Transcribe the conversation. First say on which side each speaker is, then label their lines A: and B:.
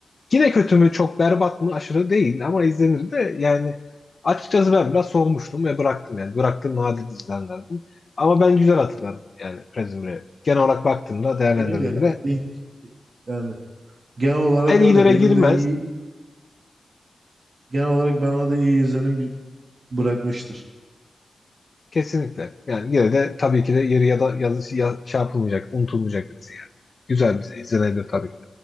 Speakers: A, on the left; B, on the right.
A: Yine kötü mü, çok berbat mı, aşırı değil ama izlenir de yani açıkçası ben biraz soğumuştum ve bıraktım yani. Bıraktığım nadir dizilerden. Ama ben güzel hatırlarım yani Prison Break'i. Genel olarak baktığımda, değerlendirdiğimde
B: Benim de yani ilk yani genel olarak
A: en
B: öyle.
A: iyilere
B: Benim
A: girmez
B: de iyi genel olarak ben ona da iyi izlenim bi- bırakmıştır.
A: Kesinlikle. Yani yine de tabii ki de yeri ya da yazı ya, şey yapılmayacak, unutulmayacak bir dizi yani. Güzel bir dizi, izlenebilir tabii ki.